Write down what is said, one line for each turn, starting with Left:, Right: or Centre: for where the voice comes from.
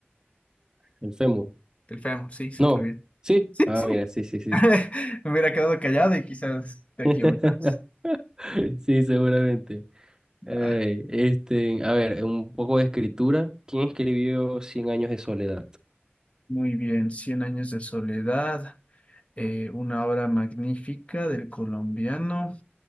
Right: El fémur.
Left: El fémur, sí, súper
Right: No.
Left: bien.
Right: Sí.
Left: Sí,
Right: Ah,
Left: sí,
Right: mira, sí, sí, sí.
Left: <laughs> Me hubiera quedado callado y quizás te
Right: <laughs>
Left: equivocas.
Right: Sí, seguramente.
Left: Va,
Right: Ey, este, a ver, un poco de escritura. ¿Quién escribió Cien años de soledad?
Left: muy bien, Cien años de soledad, eh, una obra magnífica del colombiano